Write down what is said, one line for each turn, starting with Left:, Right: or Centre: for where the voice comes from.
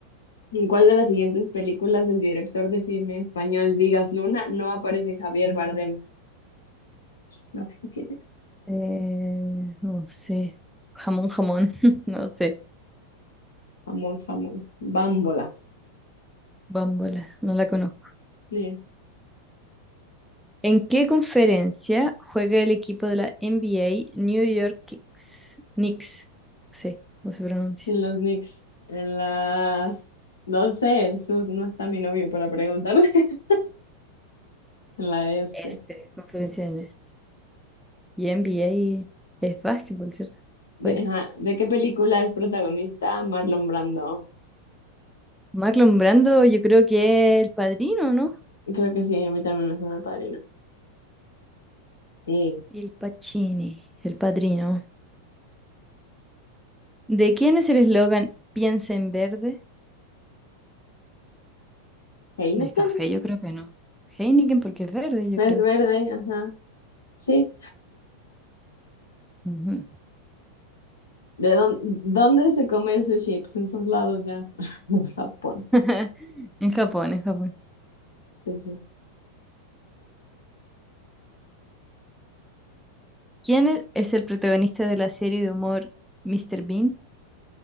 Left: ¿En cuál de las siguientes películas del director de cine español Vigas Luna no aparece Javier Bardem? No <laughs> tengo quién es.
Centre: Eh, no sé. Jamón, jamón. <laughs> No sé.
Left: Jamón, jamón. Bámbola.
Centre: Bambola. No la conozco.
Left: Ni,
Centre: ¿En qué conferencia juega el equipo de la NBA New York Knicks? Knicks. Sí, No sé cómo se pronuncia.
Left: ni los Knicks. En las... No sé, en sur no está mi novio para preguntarle. <laughs> En la este.
Centre: Este, conferencia de inglés. Y NBA es básquetbol, ¿cierto?
Left: De,
Centre: Bueno.
Left: ajá, ¿de qué película es protagonista Marlon Brando?
Centre: Marlon Brando, yo creo que es el padrino, ¿no?
Left: Creo que sí, a mí también me suena el padrino. Sí.
Centre: Il Pacini, el padrino. ¿De quién es el eslogan Piensa en verde?
Left: Heineken.
Centre: café, yo creo que no. Heineken porque es verde, yo
Left: No
Centre: creo.
Left: Es verde, ajá. Sí.
Centre: Ujú.
Left: ¿De dónde, dónde se come el sushi? Pues en todos lados ya. <laughs> En Japón.
Centre: <laughs> En Japón, en Japón.
Left: Sí, sí.
Centre: ¿Quién e- es el protagonista de la serie de humor Mr. Bean?